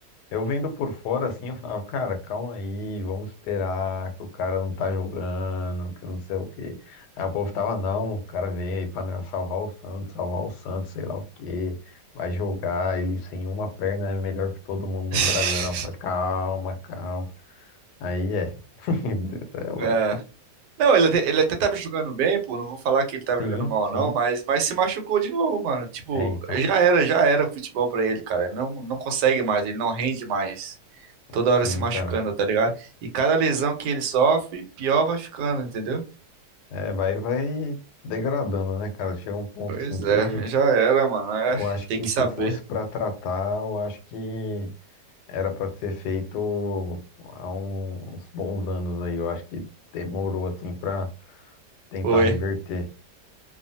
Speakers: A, on the left (about 75°); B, on the right (about 75°).
A: Eu vendo por fora assim, eu falava, cara, calma aí, vamos esperar que o cara não tá jogando, que não sei o quê. Aí o povo tava, não, o cara veio aí pra salvar o Santos, salvar o Santos, sei lá o quê, vai jogar, ele sem uma perna é melhor que todo mundo no
B: <laughs>
A: Brasileirão. Eu falei, calma, calma. Aí é. <laughs> É, Eu-
B: É. Não, ele até, ele até tava jogando bem, pô. Não vou falar que ele tava
A: Sim,
B: jogando mal,
A: sim.
B: não, mas, mas se machucou de novo, mano. Tipo,
A: É, então,
B: já era, já era futebol pra ele, cara. Ele não, não consegue mais, ele não rende mais. Toda
A: sim,
B: hora se machucando,
A: cara.
B: tá ligado? E cada lesão que ele sofre, pior vai ficando, entendeu?
A: É, vai, vai degradando, né, cara? Chega um ponto
B: Pois
A: assim que
B: é, já era, mano. É,
A: eu acho
B: tem
A: que
B: que
A: se
B: saber.
A: fosse pra tratar, eu acho que Era pra ser feito há um- uns bons anos aí. Eu acho que demorou assim pra tentar
B: Foi.
A: reverter.